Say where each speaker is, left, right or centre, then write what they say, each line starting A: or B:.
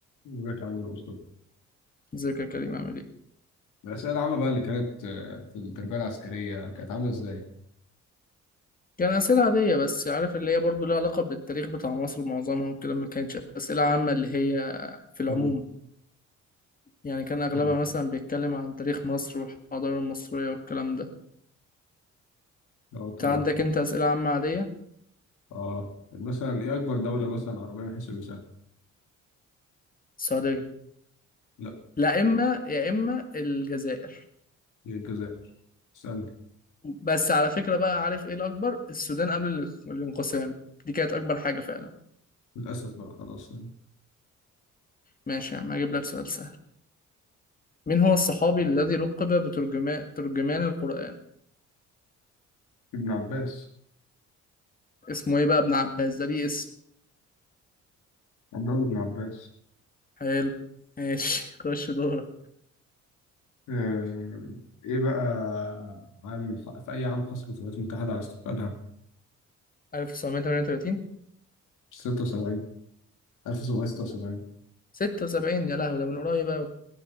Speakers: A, on the left; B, on the left.
A: ازيك عامل ايه يا عم مصطفى؟
B: ازيك يا كريم عامل ايه؟
A: الأسئلة العامة بقى اللي كانت آه، في التربية العسكرية كانت عاملة ازاي؟
B: كان أسئلة عادية بس عارف اللي هي برضو لها علاقة بالتاريخ بتاع مصر معظمها وكده ما كانتش أسئلة عامة اللي هي في العموم
A: مم.
B: يعني كان أغلبها
A: مم.
B: مثلا بيتكلم عن تاريخ مصر والحضارة المصرية والكلام ده
A: اه
B: انت
A: تمام
B: عندك انت أسئلة عامة عادية
A: اه مثلا ايه أكبر دولة مثلا عربية من حيث المساحة؟
B: السعودية
A: لا
B: لا إما يا إما الجزائر
A: هي الجزائر استنى
B: بس على فكرة بقى عارف ايه الأكبر؟ السودان قبل ال- الانقسام دي كانت أكبر حاجة فعلا
A: للأسف بقى خلاص
B: ماشي يا عم هجيب لك سؤال سهل مين هو الصحابي الذي لقب بترجمان ترجمان القرآن؟
A: ابن عباس
B: اسمه ايه بقى ابن عباس ده ليه اسم
A: عبد الله بن عباس
B: حلو ماشي <laughs> خش دورك
A: آه، ايه بقى عام في أي عام حصلت الولايات المتحدة على استقلالها؟
B: 1938
A: 76 1776
B: لا 76 يا لهوي ده من قريب أوي